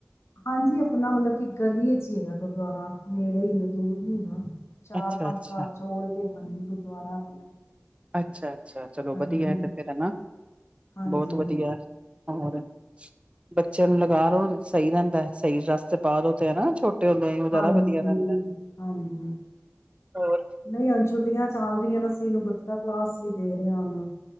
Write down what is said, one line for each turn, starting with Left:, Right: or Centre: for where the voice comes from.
Left: ਹਾਂਜੀ ਆਪਣਾ ਮਤਲਬ ਕਿ ਗਲੀਏ ਚ ਹੀ ਹੈਗਾ ਗੁਰਦੁਆਰਾ ਨੇੜੇ ਹੀ ਹੈ ਦੂਰ ਨੀ ਹੈਗਾ ਚਾਰ
Right: ਅੱਛਾ
Left: ਪੰਜ
Right: ਅੱਛਾ
Left: ਘਰ ਚ ਹੋਰ ਤੇ ਹਾਂਜੀ ਗੁਰਦੁਆਰਾ ਆਪਣੇ
Right: ਅੱਛਾ ਅੱਛਾ ਚਲੋ
Left: ਹਾਂਜੀ
Right: ਵਧੀਆ ਤੇ ਫਿਰ ਨਾ
Left: ਹਾਂਜੀ
Right: ਬਹੁਤ ਵਧੀਆ ਹੋਰ ਬੱਚਿਆਂ ਨੂੰ ਲਗਾ ਲੋ ਸਹੀ ਰਹਿੰਦਾ ਸਹੀ ਰਸਤੇ ਪਾ ਲੋੋ ਤੇ ਹਨਾ ਛੋਟੇ ਉਹ ਜ਼ਦਾ
Left: ਹਾਂਜੀ,
Right: ਵਧੀਆ ਰਹਿੰਦਾ
Left: ਹਾਂਜੀ,
Right: ਹੋਰ
Left: ਨਹੀਂ ਹੁਣ ਛੁੱਟੀਆਂ ਚੱਲ ਰਹੀਆਂ ਅਸੀਂ ਇਹਨੂੰ ਗੁਤਕਾ ਕਲਾਸ ਵੀ ਦੇ ਰਹੇ ਹਾਂ ਹਨ